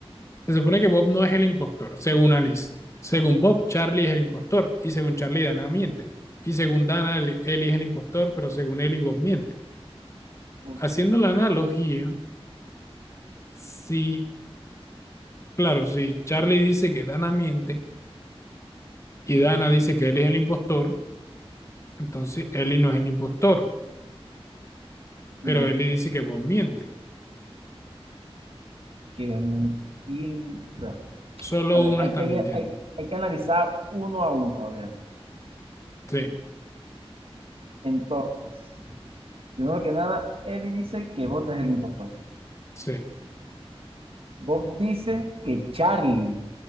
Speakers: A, on the left; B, on the right.
A: Se supone que Bob no es el impostor, según Alice. Según Bob, Charlie es el impostor. Y según Charlie, Dana miente. Y según Dana, Eli Eli es el impostor, pero según Eli, Bob miente.
B: Ok.
A: haciendo la analogía, si, claro,
B: Ok.
A: si Charlie dice que Dana miente y Dana
B: ok.
A: dice que él es el impostor, entonces Ellie no es el impostor, pero
B: No,
A: Ellie dice que Bob miente.
B: que no entiendo.
A: Solo
B: A ver,
A: uno
B: hay
A: está
B: que,
A: mintiendo.
B: hay, hay que analizar uno a uno. A ver.
A: Sí,
B: Entonces, primero que nada, Eli dice que Bob es el impostor.
A: sí.
B: Bob dice que Charlie.